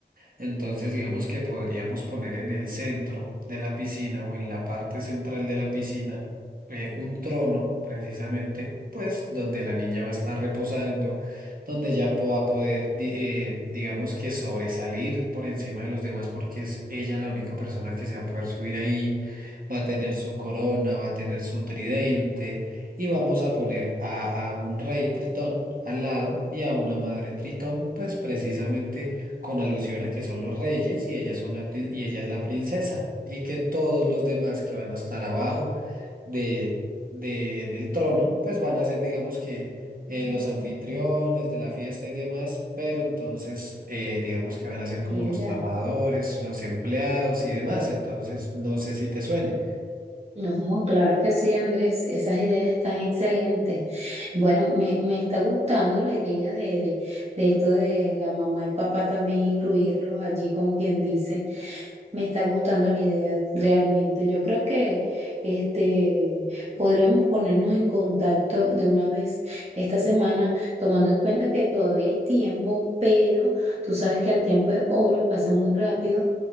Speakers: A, on the right (about 55°); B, on the right (about 35°).
A: Entonces, digamos que podríamos poner en el centro de la piscina o en la parte central de la piscina eh, un trono, precisamente, pues donde la niña va a estar reposando, donde ya po- va a poder, di- eh, digamos que sobresalir por encima de los demás porque es ella la única persona que se va a poder subir ahí, va a tener su corona, va a tener su tridente y vamos a poner a, a un rey tritón al lado y a una madre tritón, pues precisamente con alusión a que son los reyes y ella, son la, prin- y ella es la princesa, y que todos los demás que van a estar abajo de, de- del trono, pues van a ser, digamos que, eh, los anfitriones de la fiesta y demás, pero entonces, eh, digamos que van a ser
B: Mira,
A: como los trabajadores, los empleados y demás, entonces no sé si te suene.
B: No, claro que sí, Andrés, esas ideas están excelentes. Bueno, me, me está gustando la idea de, de, de esto de la mamá y papá también incluirlos allí, como quien dice. Me está gustando la idea, realmente. Yo creo que este podríamos ponernos en contacto de una vez esta semana, tomando en cuenta que todavía hay tiempo, pero tú sabes que el tiempo es oro y pasa muy rápido.